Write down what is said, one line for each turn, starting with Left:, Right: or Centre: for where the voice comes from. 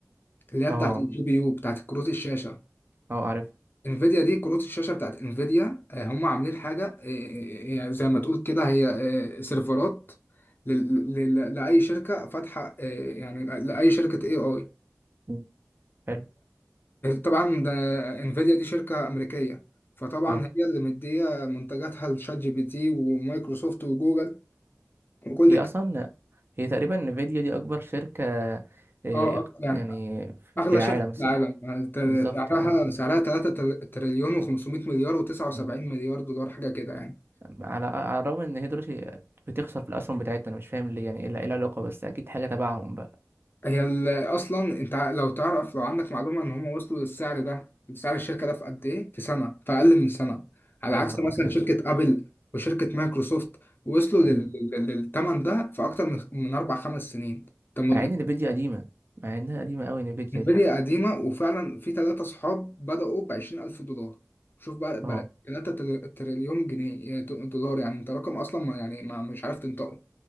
Left: اللي هي
Right: اه
Left: بتاعت الجي بي يو بتاعت كروت الشاشه
Right: اه عارف
Left: انفيديا دي كروت الشاشه بتاعت انفيديا آه، هم عاملين حاجه آه، آه، آه، يعني زي ما تقول كده هي آه، سيرفرات لل- لل- لاي شركه فاتحه آه، يعني لاي شركه اي اي
Right: مم. حلو
Left: طبعا ده انفيديا دي شركة أمريكية فطبعا
Right: اه
Left: هي اللي مدية منتجاتها لشات جي بي تي ومايكروسوفت وجوجل وكل
Right: هي
Left: الك-
Right: اصلا هي تقريبا انفيديا دي اكبر شركة آه،
Left: اه
Right: اق-
Left: أك- يعني
Right: يعني
Left: أغلى
Right: في العالم
Left: شركة في
Right: صح
Left: العالم ت-
Right: بالظبط
Left: سعرها
Right: اه
Left: سعرها 3 تريليون و500 مليار و79
Right: مم.
Left: مليار دولار حاجة كده يعني
Right: على على الرغم ان هي دلوقتي بتخسر في الاسهم بتاعتها انا مش فاهم ليه يعني ايه ال- إيه العلاقة بس اكيد حاجة تبعهم بقى
Left: هي ال- اصلا انت ع- لو تعرف لو عندك معلومه ان هم وصلوا للسعر ده سعر الشركه ده في قد ايه في سنه في اقل من سنه على
Right: يا
Left: عكس
Right: نهار
Left: مثلا
Right: ابيض
Left: شركه ابل وشركه مايكروسوفت وصلوا
Right: مم.
Left: لل- لل- للثمن ده في اكتر من من اربع خمس سنين طب م-
Right: مع ان انفيديا قديمة مع انها قديمة قوي انفيديا
Left: انفيديا
Right: دي
Left: قديمه وفعلا في ثلاثه صحاب بداوا ب 20000 دولار شوف بقى
Right: اه
Left: بقى 3 تريليون جنيه دولار يعني انت رقم اصلا ما يعني ما مش عارف تنطقه